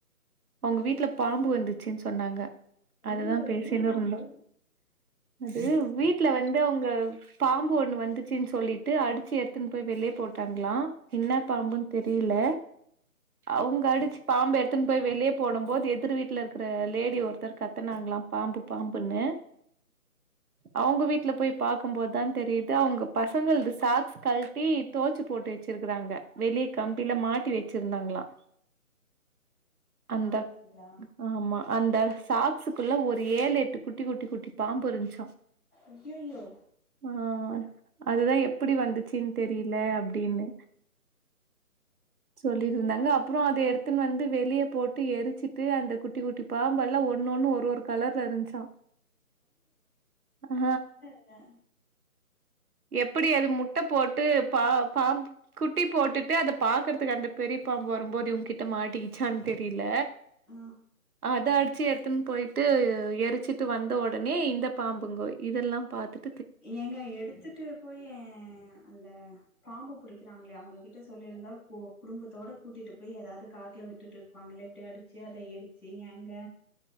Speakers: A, on the right (about 75°); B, in the centre.
A: அவங்க வீட்ல பாம்பு வந்துச்சுன் சொன்னாங்க
B: ஐயையோ
A: அதுதா பேசினு
B: என்ன பாம்பு
A: இருந்தோ அது வீட்ல வந்து அவுங்க பாம்பு ஒன்னு வந்துச்சுன் சொல்லிட்டு அடிச்சு எத் துன் போய் வெளிய போட்டாங்ளா என்ன பாம்புன் தெரில அவுங்க அடிச்சு பாம்பு எடுத்துன் போயி வெளிய போடம்போது எதிர் வீ ட்டுல இருக்குற லேடி ஒருத்தர் கத்துனாங்கலா பாம்பு பாம்புன்னு அவுங்க வீட்ல போய் பாக்கும்போதுதா தெரிது அவுங்க பசங்கள்து சாக்ஸ் கல் ட்டி தொவச்சு போட்டு வச்சிருக்குறாங்க வெளி கம்பில மாட்டி வச்சிருந்தாங்ளா அந்த
B: அப்டிங்களா
A: ஆமா அந்த சாக்ஸுக்குள்ள ஒரு ஏழு எட்டு குட்டி குட்டி குட்டி பாம்பு இருந்ச்சா
B: அய்யய்யோ
A: ஆ அதுதா எப்டி வந்துச்சின் தெரில அப்டின்னு சொல்லிருந்தாங்க அப்றோ அத எடுத்துன் வந்து வெளிய போட்டு எரிச்சிட்டு அந்த குட்டி குட்டி பாம்பெல்லா ஒன்னு ஒன்னு ஒரு ஒரு கலர்ல இருன்ச்சா ஆ
B: லா
A: எப்டி அது முட்ட போட்டு பா பாம் குட்டி போட்டுட்டு அத பாக்கறதுக்கு அந்த பெரிய பாம்பு வரும்போது இவங்கிட்ட மாட்டிக்கிட்டு ச்சான் தெரில
B: ஆ
A: அத அடிச்சு எடுத்துன் போயிட்டு எரிச்சிட்டு வந்த உடனே இந்த பாம்புங்கோ இதெல்லா பாத்து
B: ஏங்க எடுத்துட்டு போயி அந்த பாம்பு புடிக்கிறாங்களே அவங்ககிட்ட சொல்லிருந்தா கோ குடும்பத்தோட கூட்டிட்டு போய் எதாது காட்ல விட்டுட்டு இ ரு ப்பாங்களே இப்டி அடிச்சு அத எரிச்சு ஏங்க